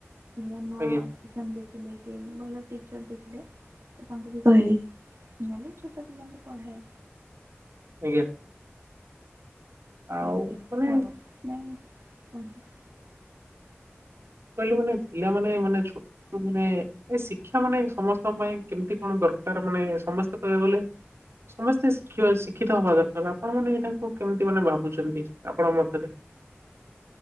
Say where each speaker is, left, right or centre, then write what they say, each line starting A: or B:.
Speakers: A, on the right (about 85°); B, on the right (about 70°).
A: ଥିଲେ ନୂଆ
B: ଆଜ୍ଞା
A: ଟିଉସନ୍ ଦେଖିଲେ ସିଏ ବି ଭଲ ଟିଚର ଦେଖିଲେ ସେ ତାଙ୍କୁ ବି କହିଲେ ନହେଲେ ଛୋଟ ପିଲାଙ୍କୁ ପଢ଼ାଏ।
B: ଆଜ୍ଞା। ଆଉ
A: ଏମିତି କଥା
B: ମାନେ
A: ଆଉ ନାଇଁ କୁହନ୍ତୁ?
B: କହିଲି ମାନେ ପିଲା ମାନେ, ମାନେ ଛୋଟ ମାନେ ଏ ଶିକ୍ଷା ମାନେ ସମସ୍ତଙ୍କ ପାଇଁ କେମିତି କଣ ଦରକାର ମାନେ ସମସ୍ତେ କହିବାକୁ ଗଲେ ସମସ୍ତେ ଶିକ୍ଷିବା, ଶିକ୍ଷିତ ହବା ଦରକାର, ଆପଣ ମାନେ ଏଇଟାକୁ କେମିତି ମାନେ ଭାବୁଛନ୍ତି, ଆପଙ୍କ ମତରେ